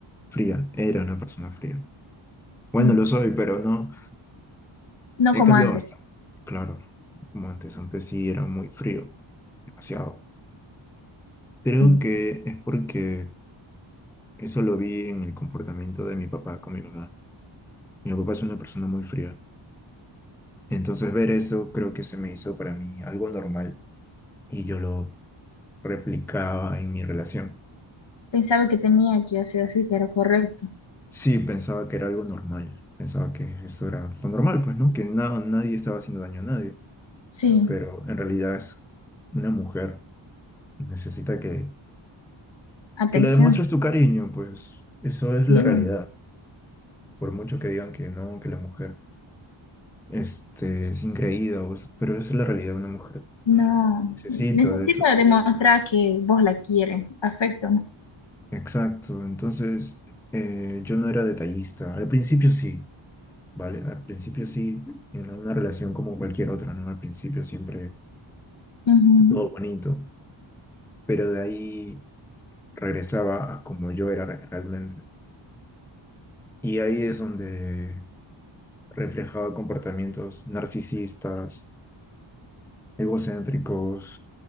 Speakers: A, in the centre; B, on the left (about 60°).
A: fría, era una persona fría.
B: sí.
A: Bueno, lo soy, pero no,
B: No
A: he
B: como
A: cambiado
B: antes.
A: bastante. Claro, como antes, antes sí era muy frío, demasiado. Creo
B: Sí.
A: que es porque eso lo vi en el comportamiento de mi papá con mi mamá. Mi papá es una persona muy fría Entonces ver eso creo que se me hizo para mí algo normal y yo lo replicaba en mi relación.
B: Pensaba que tenía que hacer así, que era correcto.
A: Sí, pensaba que era algo normal, pensaba que esto era lo normal, pues, ¿no? Que na- nadie estaba haciendo daño a nadie,
B: Sí.
A: pero en realidad es una mujer, necesita que,
B: Atención.
A: que le demuestres tu cariño, pues eso es
B: Sí.
A: la realidad, por mucho que digan que no, que la mujer este, es increíble, pero esa es la realidad, una mujer
B: No.
A: necesita
B: Necesita
A: de eso
B: demostrar que vos la quieres. Afecto, ¿no?
A: Exacto, entonces eh, yo no era detallista. Al principio sí, ¿vale? Al principio sí, en una relación como cualquier otra, ¿no? Al principio siempre
B: Ujú,
A: está todo bonito, pero de ahí regresaba a como yo era re- realmente. Y ahí es donde reflejaba comportamientos narcisistas, egocéntricos,